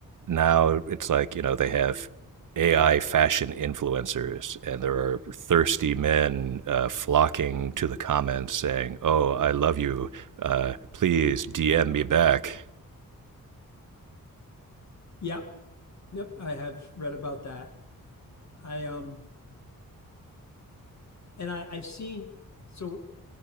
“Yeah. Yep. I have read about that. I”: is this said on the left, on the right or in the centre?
Left